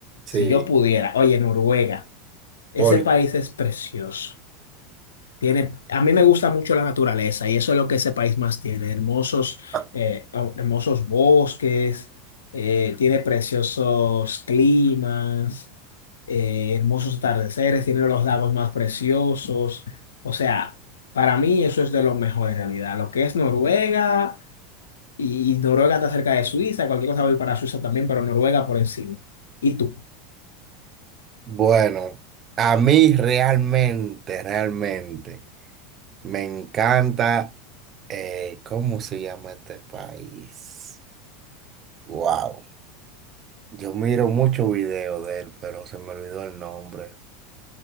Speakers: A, on the right (about 35°); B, on the left (about 80°).
A: Sí.
B: si yo pudiera, oye, Noruega, ese
A: Por-
B: país es precioso. Tiene, a mí me gusta mucho la naturaleza y eso es lo que ese país más tiene. Hermosos,
A: ah,
B: eh, oh, hermosos bosques, eh, tiene preciosos climas, eh, hermosos atardeceres, tiene los lagos más preciosos. O sea, para mí eso es de lo mejor en realidad. Lo que es Noruega y, y Noruega está cerca de Suiza, cualquier cosa voy para Suiza también, pero Noruega por encima. ¿Y tú?
A: Bueno, a mí realmente, realmente me encanta, eh, ¿cómo se llama este país? Wow, yo miro muchos videos de él, pero se me olvidó el nombre.